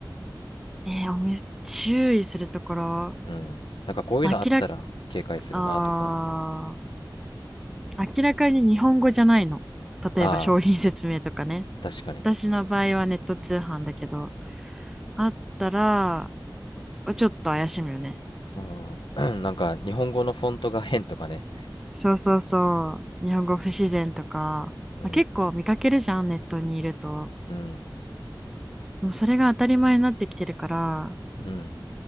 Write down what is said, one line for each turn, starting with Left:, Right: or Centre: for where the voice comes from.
Centre: えー、おみ、注意するところ、
Left: うんなんかこういうのあったら警戒するなとか
Centre: 明らか、あー、明らかに日本語じゃないの。例えば商品説明とかね。
Left: ああ確かに
Centre: 私の場合はネット通販だけど、あったら、ちょっと怪しむよね。
Left: うん <clears throat> なんか日本語のフォントが変とかね
Centre: そうそうそう。日本語不自然とか、
Left: うん
Centre: まあ、結構見かけるじゃん、ネットにいると。
Left: うん
Centre: でもそれが当たり前になってきてるから、
Left: うん